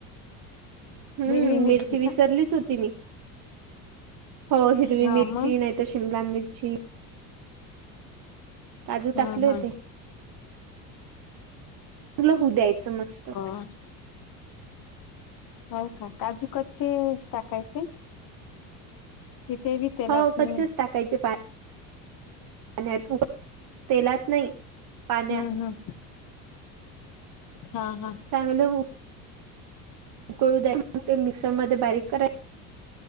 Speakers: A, on the right (about 50°); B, on the left (about 45°).
A: हम्म
B: हिरवी
A: मिरची विसरलीच
B: का
A: होती मी हो हिरवी
B: हा
A: मिरची
B: मग
A: नाहीतर शिमला मिरची काजू
B: हा
A: टाकले
B: हा
A: होते ल होऊ द्यायचं मस्त
B: हम हो का काजूकचे टाकायचे किती बी तेला
A: हो
B: त
A: कच्चेच
B: मी
A: टाकायचे पाण्यात तेलाच नाही पाण्यात
B: हम्म हम्म हा हा
A: चांगलं उकळून मग ते मिक्सर मध्ये बारीक करा